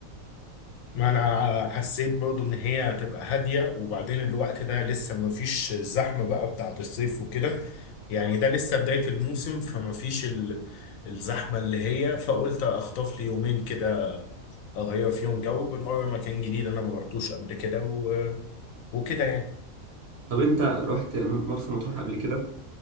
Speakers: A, on the left; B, on the right.
A: ما انا حسيت برضو ان هي هتبقى هاديه وبعدين الوقت ده لسه ما فيش الزحمه بقى بتاعت الصيف وكده يعني ده لسه بدايه الموسم فما فيش ال... الزحمه اللي هي فقلت اخطف لي يومين كده اغير فيهم جو بالمره مكان جديد انا ما رحتوش قبل كده و... وكده يعني
B: طب انت رحت مرسى مطروح قبل كده